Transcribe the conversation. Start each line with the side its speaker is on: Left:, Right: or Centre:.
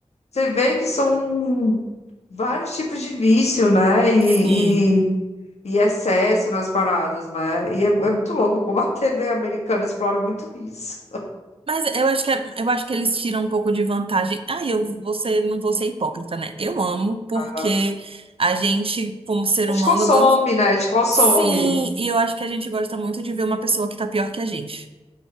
Left: Você vê que são vários tipos de vício, né? E,
Right: Sim.
Left: e, e excesso nas paradas, né? E é, é muito louco como a TV americana explora muito isso.
Right: Mas eu acho que, é- eu acho que eles tiram um pouco de vantagem. Ah, eu vou ser, não vou ser hipócrita, né? Eu amo, porque
Left: Aham.
Right: a gente, como ser
Left: A
Right: humano,
Left: gente consome,
Right: gosta.
Left: né? A gente consome.
Right: Sim, e eu acho que a gente gosta muito de ver uma pessoa que tá pior que a gente.